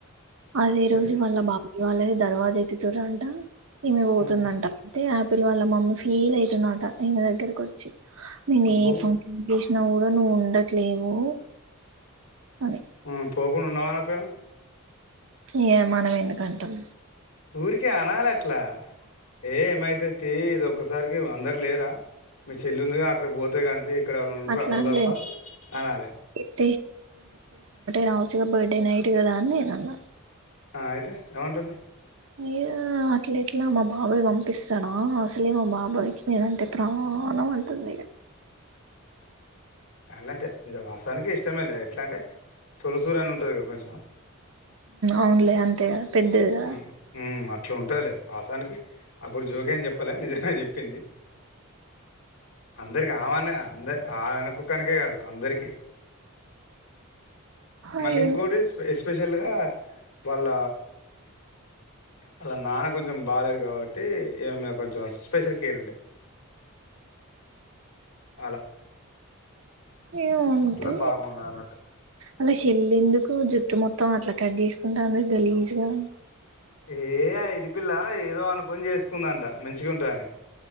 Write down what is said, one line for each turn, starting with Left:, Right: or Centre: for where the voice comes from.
Right: అదే
Left: అయితే
Right: రోజు వాళ్ళ బా ఇ వాళే దర్వాజా ఎత్తితుర్ అంటా ఈమె పోతుందంట
Left: ఆ
Right: అయితే ఆపిల్ వాళ్ళ మమ్మీ ఫీల్ అయితుందట ఈయన దగ్గరికి వచ్చి నేను
Left: అబ్బో
Right: ఈ ఫంక్షన్ నువ్వు గా నువ్వు ఉండట్లేవు అని
Left: హ్మ్ పోకుండా ఉండవాన్న పేరు
Right: ఏ మనం ఎందుకంటాం
Left: ఊరికే అనాలి అట్లా ఏ ఏమైతే తెలీదు ఒక్కసారికి అందరు లేరా మీ చెల్లుందిగా అక్కడ పోతే <unintelligible> ఇక్కడ ఎవరు ఉండరా
Right: అట్లా
Left: నువ్వు
Right: అనలే
Left: తప్ప అనాలే
Right: <unintelligible> రావచ్చుగా బర్త్డే నైట్ కదా అని నేను అన్నా
Left: ఆ అయితే ఏమంటుంది
Right: ఏ అట్ల ఎట్లా మా బాబాయి పంపిస్తాడా అసలే మా బాబాయికి నేనంటే ప్రాణం అతుంది
Left: అలాంటే నిజ వాసానికి ఇష్టమే లే ఎట్లా అంటే తొలిసూరు అని ఉంటది గ కొంచెం
Right: అవునులే అంతే కదా పెద్దది కదా
Left: హ్మ్ మ్మ్ ఇట్లా ఉంటదిలే వాసానికి అప్పుడు జోక్ ఏం చెప్పలే నిజమే చెప్పింది అందరికి అమనే అందరి ఆయనకు ఒక్కనకే కాదు అందరికిీ మళ్ళీ
Right: అయ్యుండి
Left: ఇంకోటి ఎస్పెషల్ గా వాళ్ళ ఆళ్ళ నాన కొంచం బాలే <unintelligible> కాబట్టి ఈ అమ్మాయి కొంచెం స్పెషల్ కేర్ ఉండే అలా
Right: ఏ ఉంటే
Left: అట్లా బాగుండదు అన్నట్టు
Right: అలా పిల్లెందుకు జుట్టు మొత్తం అట్లా కట్ చేసుకుంటాంది గలీజుగా
Left: ఏ ఆ ఎది పిల్ల ఏదో అనుకొని చేసుకుందంట మంచిగా ఉంటదని